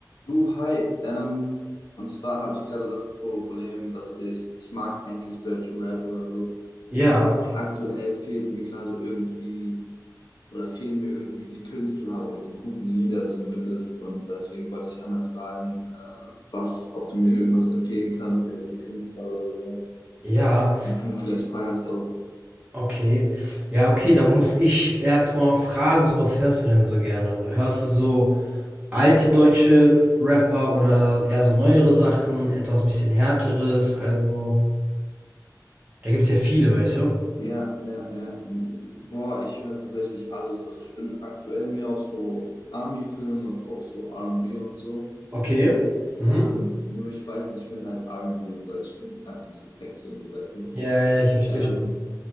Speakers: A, on the left; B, on the right.
A: Du, hi. Ähm, und zwar habe ich gerade das Problem, dass ich, ich mag eigentlich deutschen Rap oder so,
B: Ja,
A: aber aktuell fehlt mir gerade irgendwie oder fehlen mir irgendwie die Künstler oder die guten Lieder zumindest. Und deswegen wollte ich einmal fragen, äh, was, ob du mir irgendwas empfehlen kannst, irgendwelche Künstler oder so,
B: ja,
A: die du vielleicht feierst auch.
B: okay. Ja, okay, dann muss ich erstmal fragen, so was hörst du denn so gerne? Hörst du so alte deutsche Rapper oder eher so neuere Sachen, etwas bisschen härteres? Also, da gibt's ja viele, weißt du?
A: Ja, ja, ja. Boah, ich höre tatsächlich alles. Also ich bin aktuell mehr auf so Army-Film und auch so R&B und B und so.
B: Okay. Mhm.
A: Ähm, nur ich weiß nicht, ich finde halt R&B in Deutschland einfach nicht so sexy und so, weißt du.
B: Ja, ja, ja, ich verstehe.
A: Ähm,